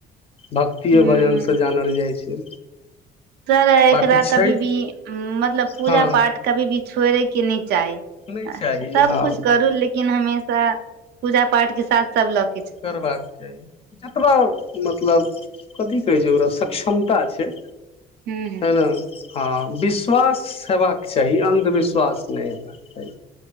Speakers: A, on the left; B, on the right.
A: भक्तिए
B: हूँ
A: भजनसँ जानल जाइ छै।
B: सर एकरा
A: बाँकी छठि
B: कभी भी मतलब पूजा
A: हँ
B: पाठ कभी भी छोड़य के नय चाही
A: नहि
B: सभ
A: चाही हँ
B: कुछ करू लेकिन हमेशा पूजा पाठ के साथ सभ ल' क'
A: करबाक चाही जतबा मतलब कथी कहै छै। ओकरा शक क्षमता छै।
B: हूँ हूँ
A: है ने हँ विश्वास हेबाक चाही अन्धविश्वास नहि हेबाक चाही